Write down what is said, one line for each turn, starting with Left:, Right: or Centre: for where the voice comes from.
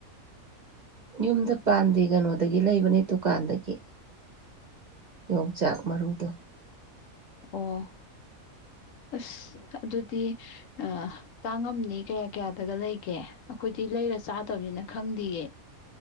Right: ꯌꯨꯝꯗ ꯄꯥꯟꯗꯦ ꯀꯩꯅꯣꯗꯒꯤ ꯂꯩꯕꯅꯦ ꯗꯨꯀꯥꯟꯗꯒꯤ ꯌꯣꯡꯆꯥꯛ ꯃꯔꯨꯗꯣ
Left: ꯑꯣ ꯑꯁ ꯑꯗꯨꯗꯤ ꯑ ꯇꯥꯡꯉꯝꯅꯤ ꯀꯌꯥ ꯀꯌꯥꯗꯒ ꯂꯩꯒꯦ ꯑꯩꯈꯣꯏꯗꯤ ꯂꯩꯔ ꯆꯥꯗꯕꯅꯤꯅ ꯈꯪꯗꯦꯌꯦ꯫